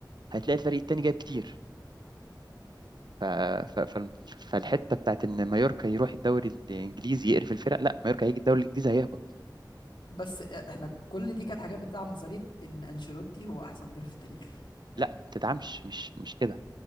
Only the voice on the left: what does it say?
بس احنا كل دي كانت حاجات بتلعب نظريه ان انشيلوتي هو احسن مدرب في التاريخ يعني